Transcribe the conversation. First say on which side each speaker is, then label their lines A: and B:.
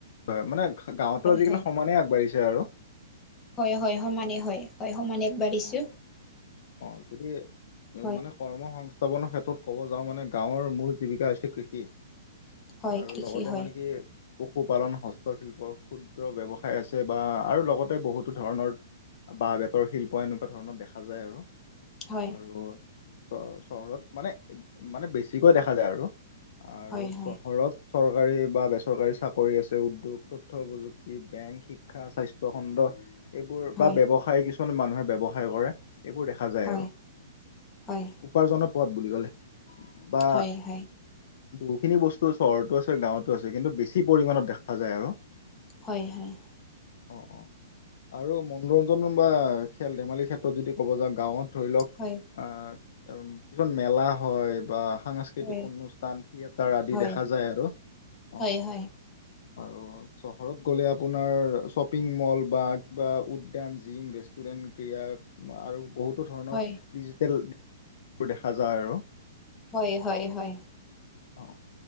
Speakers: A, on the left; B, on the left.
A: হয় মানে গাঁৱতো আজিকালি
B: হয় হয়
A: সমানেই আগবাঢ়িছে আৰু
B: হয় হয় সমানে হয় হয় সমানে আগবাঢ়িছো।
A: অ। অ যদি
B: হয়
A: মানে কৰ্ম সংস্থাপনৰ ক্ষেত্ৰত ক'ব যাওঁ মানে গাঁৱৰ মূল জীৱিকা হৈছে কৃষি।
B: হয়
A: আৰু
B: কৃষি
A: লগতে
B: হয়
A: মানে কি পশুপালন, হস্তশিল্প ক্ষুদ্ৰ ব্যৱসায় আছে বা আৰু লগতে বহুতো ধৰণৰ, বা বেতৰ শিল্প এনেকুৱা ধৰণৰ দেখা যায় আৰু
B: হয়
A: আৰু চ চহৰত মানে মানে বেছিকৈ দেখা যায় আৰু আৰু
B: হয় হয়
A: চহৰত। চৰকাৰী বা বেচৰকাৰী চাকৰি আছে উদ্যোগ তথ্য প্ৰযুক্তি, বেংক শিক্ষা, স্বাস্থ্য খণ্ড। এইবোৰ
B: হয়
A: বা ব্যৱসায় কিছুমান মানুহে ব্যৱসায় কৰে এইবোৰ দেখা, দে যায়
B: হয়
A: আৰু
B: হয়
A: উপাৰ্জনৰ পথ বুলি ক'লে বা,
B: হয় হয়
A: বহখিনি বস্তু চহৰতো আছে গাঁৱতো আছে কিন্তু বেছি পৰিমাণত দেখা যায় আৰু
B: হয় হয়।
A: অ অ আৰু মনোৰঞ্জন বা খেল ধেমালিৰ ক্ষেত্ৰত যদি। ক'ব যাওঁ গাঁৱত ধৰি লওক।
B: হয়।
A: অ কিছুমান মেলা হয় বা সাংস্কৃতিক সংস্কৃতিক
B: হয়
A: অনুষ্ঠান থিয়েটাৰ আদি
B: হয়
A: দেখা যায় আৰু
B: হয়
A: অ
B: হয়
A: আৰু চহৰত গ'লে আপোনাৰ শ্বপিং মল বা কিবা উদ্যান জিম ৰেষ্টুৰেণ্ট ক্ৰীড়াক। আৰু বহুতো ধৰণৰ
B: হয়
A: ডিজিটেলোৰ দেখা যায় আৰু
B: হয় হয় হয়।
A: অ